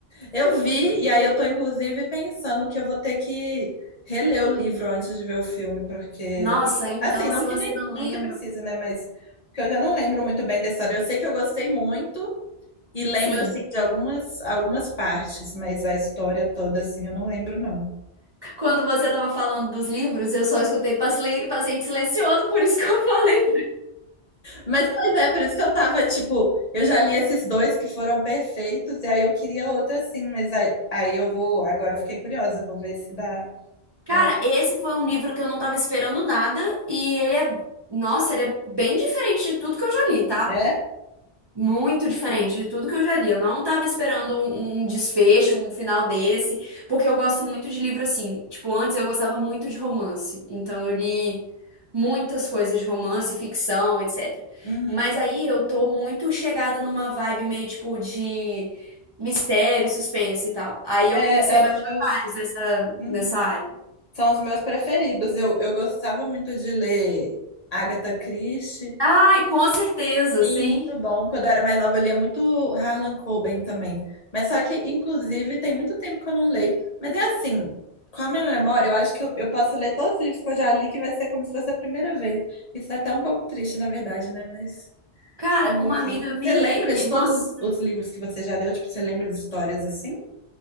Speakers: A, on the left; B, on the right.
A: Eu vi, e aí eu tô inclusive pensando que eu vou ter que reler o livro antes de ver o filme, porque
B: Nossa, então,
A: assim, não
B: se
A: que
B: você
A: nem,
B: não
A: não
B: lembra,
A: que precise, né, mas porque eu já não lembro muito bem da história. Eu sei que eu gostei muito e lembro
B: sim.
A: assim de algumas algumas partes, mas a história toda assim eu não lembro não.
B: Quando você tava falando dos livros, eu só escutei Pasle- Paciente Silencioso, por isso que eu falei.
A: Mas pois é, por isso que eu tava tipo, eu já li esses dois que foram perfeitos e aí eu queria outro assim, mas aí, aí eu vou, agora eu fiquei curiosa, eu vou ver se dá
B: Cara,
A: dá.
B: esse foi um livro que eu não tava esperando nada e ele é, nossa, ele é bem diferente de tudo que eu já li, tá?
A: É?
B: Muito diferente de tudo que eu já li. Eu não estava esperando um, um um desfecho, um final desse, porque eu gosto muito de livro assim. Tipo, antes eu gostava muito de romance. Então eu li muitas coisas de romance, ficção, etc.
A: Uhum.
B: Mas aí eu tô muito chegada numa vibe meio tipo de mistério, suspense e tal. Aí eu
A: É,
B: comecei
A: é
B: a
A: os
B: baixar
A: meus
B: vários nessa,
A: Hum,
B: nessa área.
A: São os meus preferidos. Eu, eu gostava muito de ler Agatha Christie.
B: Ai, com certeza,
A: E
B: sim.
A: muito bom. Quando eu era mais nova, eu lia muito Harlan Coben também. Mas só que, inclusive, tem muito tempo que eu não leio. Mas é assim, com a minha memória, eu acho que eu, eu posso ler todos os livros que eu já li, que vai ser como se fosse a primeira vez. Isso é até um pouco triste, na verdade, né? Mas
B: Cara,
A: fazer
B: uma
A: o quê?
B: amiga me.
A: Você lembra de
B: Nossa.
A: todos os os livros que você já leu? Tipo, você lembra de histórias assim?